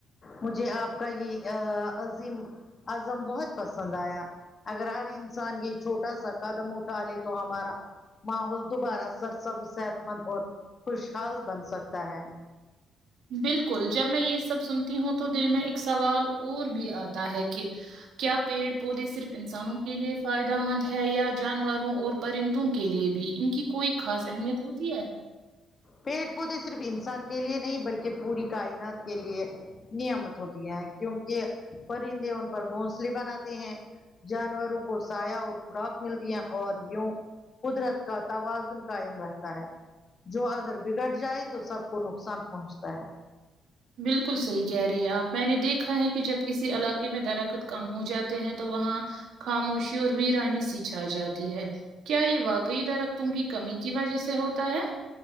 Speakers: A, on the left (about 40°); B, on the right (about 75°).
A: مجھے آپ کا یہ اں عظیم عظم بہت پسند آیا اگر ہر انسان یہ چھوٹا سا قدم اٹھا لے تو ہمارا ماحول دوبارہ سر سب صحت مند اور خوشحال بن سکتا ہے
B: بالکل جب میں یہ سب سنتی ہوں تو دل میں ایک سوال اور بھی آتا ہے کہ کیا پیڑ پودے صرف انسانوں کے لیے فائدہ مند ہے یا جانوروں اور پرندوں کے لیے بھی ان کی کوئی خاص اہمیت ہوتی ہے
A: پیڑ پودے صرف انسان کے لیے نہیں بلکہ پوری کائنات کے لیے نیامت ہوتی ہے کیونکہ پرندے ان پر گھونسلے بناتے ہیں جانوروں کو سایہ اور خوراک ملتی ہے اور یوں قدرت کا توازن قائم رہتا ہے جو اگر بگڑ جائے تو سب کو نقصان پہنچتا ہے
B: بالکل صحیح کہہ رہی ہیں آپ میں نے دیکھا ہے کہ جب کسی علاقے میں درخت کم ہو جاتے ہیں تو وہاں خاموشی اور ویرانی س چھا جاتی ہے کیا یہ واقعی د رکتوں کی کمی کی وجہ سے ہوتا ہے